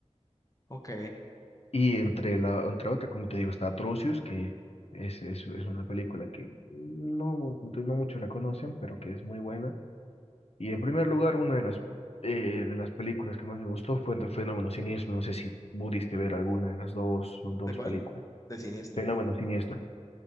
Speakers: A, on the left; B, on the left.
A: Ok.
B: Y entre la entre otra, como te digo, está Atrocious, que es, es, es una película que no, mu- no muchos la conocen, pero que es muy buena. Y en primer lugar, una de las, eh, de las películas que más me gustó fue entre Fenómeno Siniestro. No sé si pudiste ver alguna de las dos, son dos
A: ¿De cuál?
B: películas.
A: ¿De Siniestro?
B: Fenómeno Siniestro.